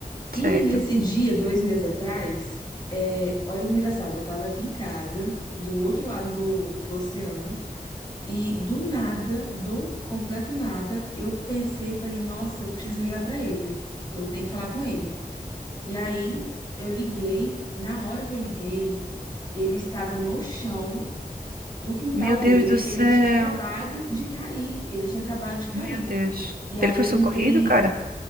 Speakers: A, on the left (about 30°); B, on the right (about 75°).
A: E
B: certo.
A: nesse dia, dois meses atrás, é, olha que engraçado, eu tava aqui em casa, do outro lado do, do oceano, e do nada, do completo nada, eu pensei, falei, nossa, eu preciso ligar pra ele, eu tenho que falar com ele. E aí eu liguei, na hora que eu liguei, ele estava no chão do quintal
B: Meu
A: dele,
B: Deus do céu.
A: ele tinha acabado de cair, ele tinha acabado de cair.
B: Meu Deus.
A: E aí
B: Ele foi
A: ele,
B: socorrido,
A: ele
B: cara?